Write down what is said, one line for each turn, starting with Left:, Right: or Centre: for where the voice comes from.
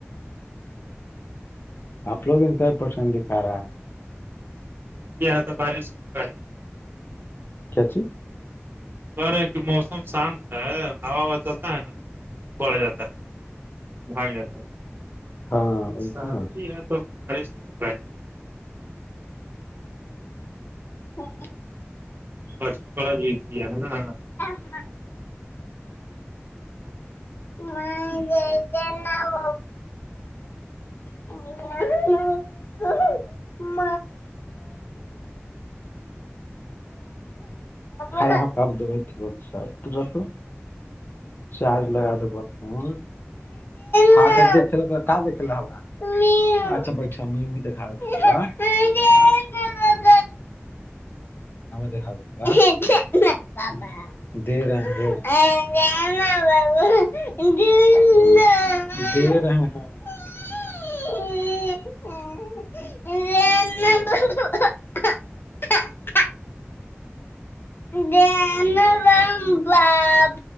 Left: آپ لوگ ات پسند دکھا رہا ہے
Right: س نکلی آ تھا بارش مگا ہے
Left: کیاچ
Right: اے کہ موسم شانت ہے ہا ہوا چلتا ہے نا تو بڑھ جاتا ہے بھاگ جات ہے
Left: ہاں ویسے
Right: شانتی ہے تو بارش تو ہوگا ہی
Left: ہو
Right: بچپا بہت جیتی ہے ہے نا
Left: باب منا وہ ا م ہ ح کاب د ب کی ب سا تو چارج لگا دبہ ہ سب دیک پ کاں دیکھ ل ہا اچھا بٹٹا بھی دھا ہاں گیں دیکھا د گ دے رہا ہیں ا جانا ب گندا د رہ ہ ا <unintelligible> جان رم باب